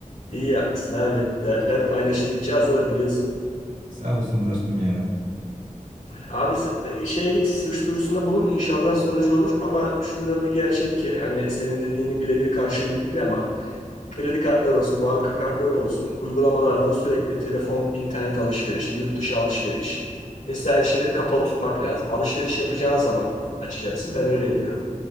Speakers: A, on the left; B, on the right.
A: iyi yapmışsın abi. Dertler paylaşıldıkça azalır biliyorsun.
B: Sağ olasın dostum ya.
A: Abi sen şeye git suç duyurusunda bulun inşallah sonucu olur. Ama şunun bir gerçek ki hani senin dediğinin birebir karşılığı değil ama kredi kartları olsun, banka kartları olsun uygulamalardan sürekli telefon, internet alışverişi, yurt dışı alışveriş vesaire şeyleri kapalı tutmak lazım. Alışveriş yapacağın zaman açacaksın. Ben öyle yapıyorum.